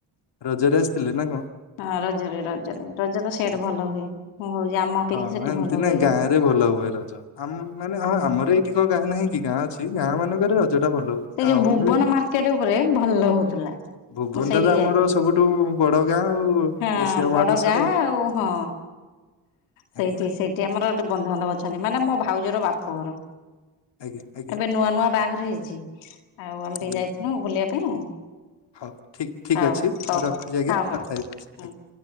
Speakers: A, on the left (about 65°); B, on the left (about 85°).
A: ରଜରେ ଆସିଥିଲେ ନା କଣ?
B: ହଁ ରଜରେ ରଜରେ ରଜ ତ ସେଇଠି
A: ଆଚ୍ଛା।
B: ଭଲ ହୁଏ ମୁଁ ଭାବୁଛି ଆମ ଅପେକ୍ଷା
A: ହଁ
B: ସେଠି
A: ଏମିତି
B: ଭଲ
A: ନା
B: ହୁଏ
A: ଗାଁ
B: ବୋଲି।
A: ରେ ଭଲ ହୁଏ ରଜ ଆମ ମାନେ ହଁ ଆମର ଏଇଠି କଣ ଗାଁ ନାହିଁକି ଗାଁ ଅଛି ଗାଁ ମାନଙ୍କରେ ରଜ। ଟା ଭଲ ହୁଏ
B: ସେ
A: ଟାଉନରେ
B: ଯୋଉ ଭୁବନ ମାର୍କେଟ ଉପରେ ଭଲ ହଉଥିଲା।
A: ଭୁବନଟା
B: ମୁଁ ସେଇଠିକି
A: ତ ଆମର
B: ଯାଇଥିଲି
A: ସବୁଠୁ ବଡ ଗାଁ ଆଉ
B: ହଁ
A: ଏସିଆ ମହାଦେଶର।
B: ବଡ ଗାଁ ଆଉ ହଁ ସେଇଠି
A: ଆଜ୍ଞା
B: ସେଇଠି ଆମର ଦୁ ବନ୍ଧୁବାନ୍ଧବ ଅଛନ୍ତି ମାନେ ମୋ ଭାଉଜର ବାପଘର
A: ଆଜ୍ଞା ଆଜ୍ଞା
B: ଏବେ ନୂଆ ନୂଆ ବାହାଘର ହେଇଛି। ଆଉ ଆମେ
A: ଆଜ୍ଞା।
B: ଟିକେ ଯାଇଥିଲୁ ବୁଲିବା ପାଇଁ।
A: ହଉ ଠିକ ଠିକ
B: ଆଉ
A: ଅଛି ମୁଁ
B: ହଉ
A: ରଖୁଛି ଆଜ୍ଞା
B: ହଉ ହଉ।
A: କଥା ହେବି ପାଛେ
B: ହୁଁ।
A: ଆଜ୍ଞା।